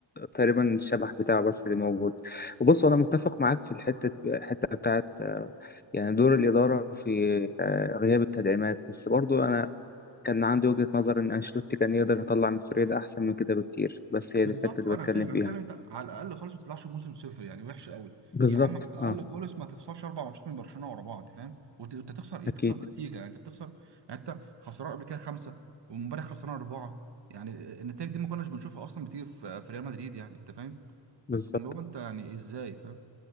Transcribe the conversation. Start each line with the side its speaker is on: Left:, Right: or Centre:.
Left: تقريبا الشبح بتاعه بس اللي موجود وبص أنا متفق معاك في الحتة الحتة بتاعت آه، يعني دور الإدارة في آه، غياب التدعيمات بس برضو أنا كان عندي وجهة نظر إن أنشيلوتي كان يقدر يطلع من فريد أحسن من كده بكتير بس هي
Right: بالظبط
Left: دي الحتة اللي
Right: آه، انا
Left: بتكلم
Right: فاهم
Left: فيها
Right: انا فاهم انت على الاقل خالص ما تطلعش موسم صفر يعني وحش قوي
Left: بالظبط
Right: يا عم على
Left: اه
Right: الاقل خالص ما تخسرش اربع ماتشات من برشلونه ورا بعض فاهم وانت أنت تخسر ايه
Left: أكيد
Right: بتخسر بنتيجه يعني انت بتخسر يعني انت خسران قبل كده خمسه وامبارح خسران اربعه يعني النتائج دي ما كناش بنشوفها اصلا بتيجي في في ريال مدريد يعني انت فاهم
Left: بالظبط
Right: اللي هو انت يعني ازاي فاهم